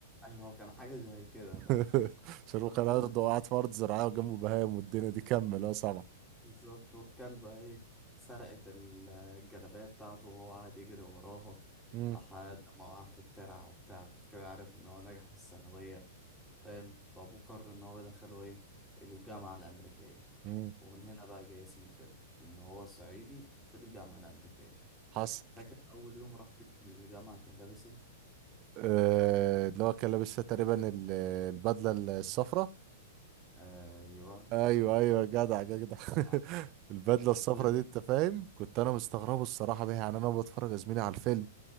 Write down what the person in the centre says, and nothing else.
ايوه هو كان حاجه زي كده
فعلا
المهم
بالظبط والكلبة ايه سرقت ال- الجلابية بتاعته وهو قاعد يجري وراها
لحد ما وقع في الترع وبتاع بعد كده عرف ان هو نجح في الثانوية فاهم فابوه قرر ان هو يدخله ايه الجامعة الأمريكية
ومن هنا بقى جاي اسم الفيلم ان هو صعيدي في الجامعة الأمريكية
فاكر أول يوم راح في الجامعة كان لابس ايه؟
آه، أيوه
كان كله
بتاع
الترع.
كان
كل ما
يمشي